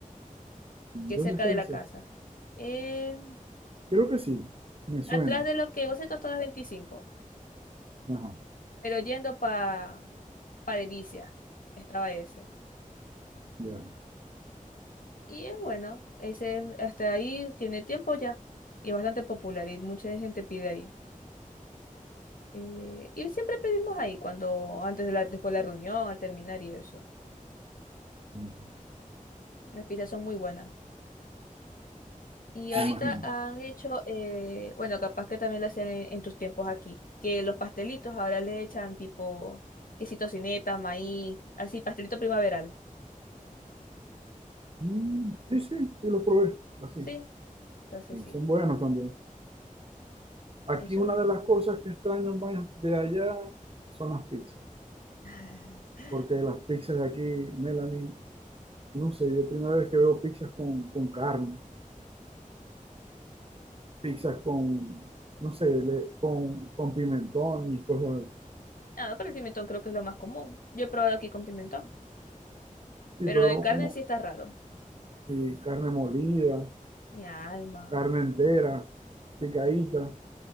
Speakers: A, on the right; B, on the left.
A: ¿Dónde
B: que es cerca
A: está
B: de la
A: ese?
B: casa. Eh,
A: Creo que sí, me suena.
B: atrás de lo que vos estás todas veinticinco
A: Ajá,
B: pero yendo pa, pa Delicia, estaba ese.
A: ya,
B: Y es bueno, ese hasta ahí tiene tiempo ya y es bastante popular y mucha gente pide ahí. Eh, y siempre pedimos ahí cuando, antes de la, después de la reunión, al terminar y eso.
A: ya.
B: Las pizzas son muy buenas. Y ahorita
A: me imagino.
B: han hecho, eh, bueno, capaz que también lo hacen en tus tiempos aquí, que los pastelitos ahora le echan tipo quesito tocineta, maíz, así, pastelito primaveral.
A: Mm, sí, sí, sí los probé, así.
B: Sí, entonces
A: Sí,
B: sí,
A: son buenos también. Aquí
B: eso.
A: una de las cosas que extraño más de allá son las pizzas,
B: <laughs>
A: porque las pizzas de aquí, Melanie, no sé, yo primera vez que veo pizzas con, con carne, pizzas con, no sé, le- con, con pimentón y cosas así.
B: Ah, pero el pimentón creo que es lo más común. Yo he probado aquí con pimentón,
A: Sí,
B: pero
A: pero
B: lo de carne
A: como,
B: sí está raro.
A: sí, carne molida,
B: Mi alma.
A: carne entera, picadita.